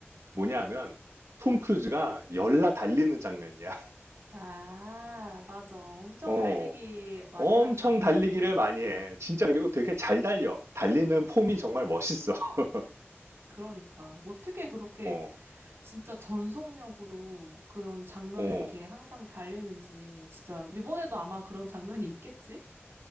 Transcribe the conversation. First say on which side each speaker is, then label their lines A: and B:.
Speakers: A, on the right; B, on the right.
A: 뭐냐 하면 톰 크루즈가 열나 달리는 장면이야. <laughs>
B: 아, 맞아. 엄청
A: 어,
B: 달리기 많이
A: 엄청
B: 하지.
A: 달리기를 많이 해. 진짜 그리고 되게 잘 달려. 달리는 폼이 정말 멋있어. <laughs>
B: 그러니까 어떻게 그렇게
A: 어,
B: 진짜 전속력으로 그런 장면을
A: 어,
B: 이렇게 항상 달리는지 진짜 이번에도 아마 그런 장면이 있겠지?